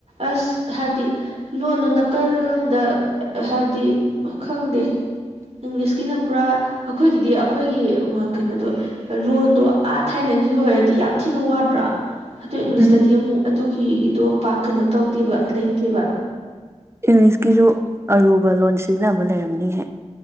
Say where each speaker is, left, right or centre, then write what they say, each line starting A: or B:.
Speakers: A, on the right; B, on the right.
A: ꯑꯁ ꯍꯥꯏꯕꯗꯤ ꯂꯣꯟꯅ ꯅꯀꯥꯜ ꯑꯝꯗ ꯍꯥꯏꯕꯗꯤ ꯈꯪꯗꯦ ꯏꯡꯂꯤꯁꯀꯤꯅ ꯄꯨꯔꯥ ꯑꯩꯈꯣꯏꯒꯤꯗꯤ ꯑꯩꯈꯣꯏꯒꯤ ꯃꯥ ꯀꯩꯅꯣꯗꯣ ꯂꯣꯟꯗꯣ ꯑꯥ ꯊꯥꯏꯅꯒꯤ ꯑꯣꯏꯔꯗꯤ ꯌꯥꯝ ꯊꯤꯅ ꯋꯥꯗ꯭ꯔꯥ ꯑꯗꯣ ꯏꯡꯂꯤꯁꯇꯗꯤ
B: ꯎꯝ
A: ꯑꯃꯨꯛ ꯑꯗꯨꯒꯤ ꯗꯣ ꯄꯥꯛ ꯀꯩꯅꯣ ꯇꯧꯗꯦꯕ ꯂꯩꯇꯦꯕ
B: ꯏꯡꯂꯤꯁꯀꯤꯖꯨ ꯑꯔꯨꯕ ꯂꯣꯟ ꯁꯤꯖꯤꯟꯅꯕ ꯂꯩꯔꯝꯅꯤꯍꯦ